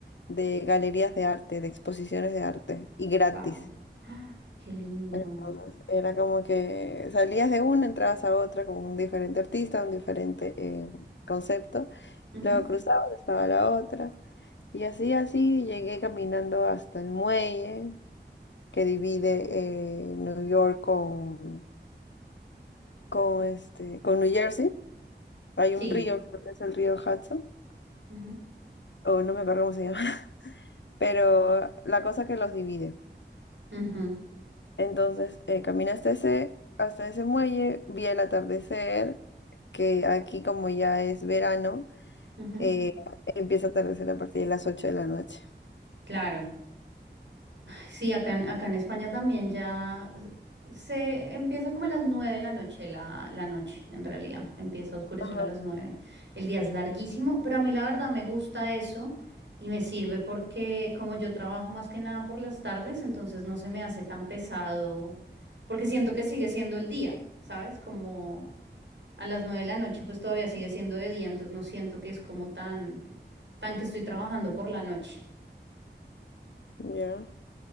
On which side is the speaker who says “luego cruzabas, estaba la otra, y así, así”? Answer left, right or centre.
Left